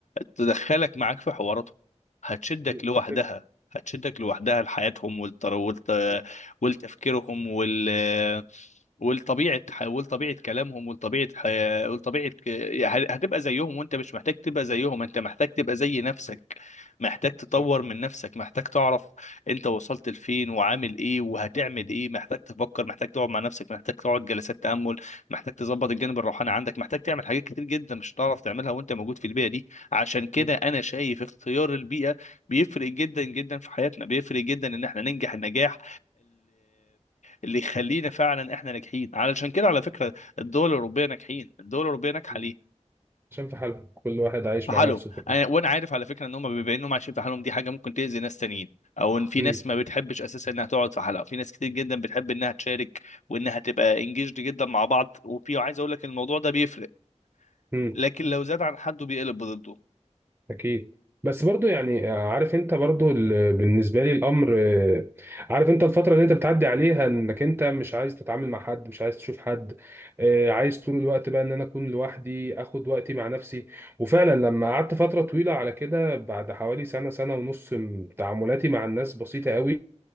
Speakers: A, on the left (about 80°); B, on the right (about 20°).
A: تدخلك معاك في حواراتهم هتشدك
B: دي
A: لوحدها
B: الفكرة.
A: هتشدك لوحدها لحياتهم والتر... والت...
B: مم.
A: والتفكيرهم وال... ولطبيعه ح- ولطبيعه كلامهم ولطبيعه حياة ولطبيعه ك- يعني هتبقى زيهم وانت مش محتاج تبقى زيهم انت محتاج تبقى زي نفسك
B: مم.
A: محتاج تطور
B: صح
A: من نفسك محتاج تعرف انت وصلت لفين وعامل ايه وهتعمل ايه محتاج تفكر محتاج تقعد مع نفسك محتاج تقعد جلسات تامل محتاج تظبط الجانب الروحاني عندك محتاج تعمل حاجات كتير جدا مش هتعرف تعملها وانت موجود في البيئه دي عشان كده
B: مم.
A: انا شايف اختيار البيئه بيفرق جدا جدا في حياتنا بيفرق جدا ان احنا ننجح النجاح اللي يخلينا فعلا احنا ناجحين علشان كده على فكره الدول الاوروبيه ناجحين الدول الاوروبيه ناجحه
B: مم.
A: ليه
B: عشان في حالهم كل واحد عايش
A: في حالهم
B: مع نفسه كده
A: أنا وانا عارف على فكره ان هم بيبقى انهم عايشين في حالهم دي حاجه ممكن تاذي ناس تانيين او ان في
B: مم.
A: ناس ما بتحبش اساسا انها تقعد في حلقه في ناس كتير جدا بتحب انها تشارك وانها تبقى انجيجد جدا مع بعض وفي عايز اقول لك الموضوع ده بيفرق
B: مم.
A: لكن لو زاد عن حده بيقلب ضده
B: اكيد بس برضو يعني آه، عارف انت برضو ال- بالنسبه لي الامر آه، عارف انت الفتره اللي انت بتعدي عليها انك انت مش عايز تتعامل مع حد مش عايز تشوف حد آه، عايز طول الوقت بقى ان انا اكون لوحدي اخد وقتي مع نفسي وفعلا لما قعدت فتره طويله على كده بعد حوالي سنه سنه ونص م- تعاملاتي مع الناس بسيطه قوي